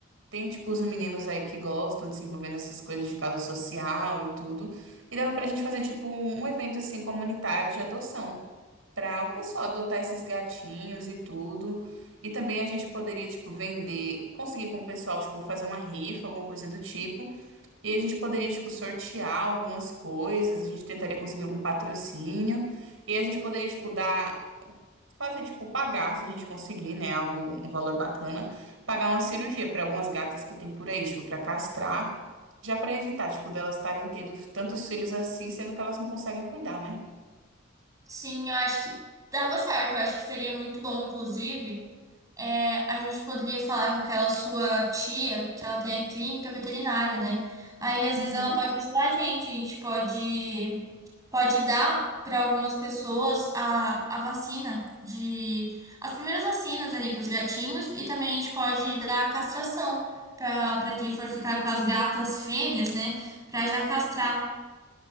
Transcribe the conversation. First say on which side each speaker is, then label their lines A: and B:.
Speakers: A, on the right; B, on the right.
A: Tem, tipo, os meninos aí que gostam de se envolver nessas coisas de causa social e tudo. E dava pra gente fazer, tipo, um um evento, assim, comunitário de adoção. para o pessoal adotar esses gatinhos e tudo. E também a gente poderia, tipo, vender, conseguir com o pessoal, tipo, fazer uma rifa, alguma coisa do tipo. E a gente poderia, tipo, sortear algumas coisas, a gente tentaria conseguir algum patrocínio. E a gente poderia, tipo, dar, fazer, tipo, pagar, se a gente conseguir, né, algo, um valor bacana, pagar uma cirurgia para algumas gatas que tem por aí, tipo, para castrar. Já para evitar, tipo, delas estarem tendo tantos filhos assim, sendo que elas não conseguem cuidar, né?
B: Sim, eu acho que dava certo, eu acho que seria muito bom, inclusive. É, a gente poderia falar com aquela sua tia, que ela tem a clínica veterinária, né? Aí às
A: Uhum.
B: vezes ela pode ajudar a gente, a gente pode, pode dar para algumas pessoas a, a vacina de as primeiras vacinas ali para os gatinhos e também a gente pode dar a castração para para quem for ficar com as gatas fêmeas, né? Para já castrar.